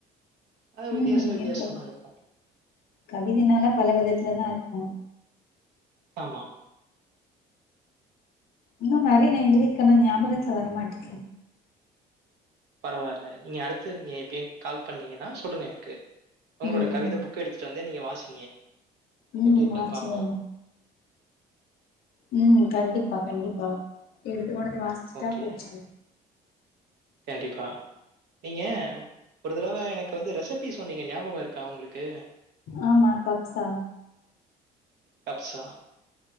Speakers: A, on the right; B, on the left.
A: அது வித்தியாச
B: ம்
A: வித்தியாசமா
B: இருக்ககும்
A: இருக்கும்.
B: கவிதைனால பல விதத்துலதா இருக்கு
A: ஆமா
B: இன்னு நெறையா நா எழுதியிருக்கேன் ஆனா ஞாபகத்துல வரமாட்டுக்கு
A: பரவால்ல நீங்க அடுத்து நீங்க எப்பயும் கால் பண்ணீங்கன்னா சொல்லுங்க எனக்கு உங்களோட
B: ம்
A: கவிதை புக்கு எடுத்துட்டு வந்தே நீங்க வாசிங்க
B: ம்
A: எப்டி இருக்குன்னு
B: ஆச்சேரி
A: பாப்போம்.
B: ம் கண்டிப்பா கண்டிப்பா எடுத்து கொண்டுவந்து வாசுச்சுட்டா
A: ஓகே.
B: போச்சு
A: கண்டிப்பா நீங்க ஒரு தடவ எனக் கு வந்து ரெசபி சொன்னீங்க ஞாபக இருக்கா உங்களுக்கு
B: ஆமா கப்சா
A: கப்ஸா